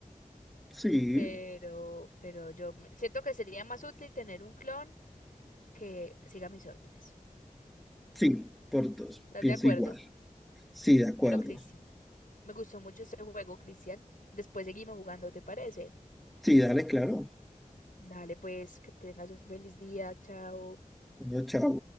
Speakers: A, in the centre; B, on the left.
A: sí,
B: pero, pero yo me- siento que sería más útil tener un clon que siga mis órdenes.
A: sí, por dos,
B: ¿Estás
A: pienso
B: de acuerdo?
A: igual. Sí, de acuerdo.
B: Bueno, Cristian, me gustó mucho este juego, Cristian. Después seguimos jugando, ¿te parece?
A: Sí, dale, claro.
B: Dale, pues, que tengas un feliz día, chao.
A: Niño, chao.